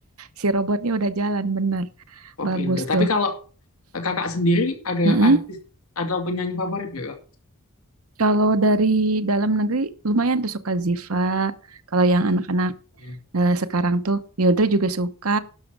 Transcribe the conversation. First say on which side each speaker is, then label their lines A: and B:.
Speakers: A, on the right; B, on the left.
A: si robotnya udah jalan bener
B: pop
A: bagus
B: Indo. Tapi
A: tuh
B: kalau kakak sendiri ada
A: Mm-mm.
B: artis atau penyanyi favorit nggak? Kak?
A: kalau dari dalam negeri lumayan tuh suka Ziva kalau yang anak-anak
B: Iya,
A: eh, sekarang tuh Yodra juga suka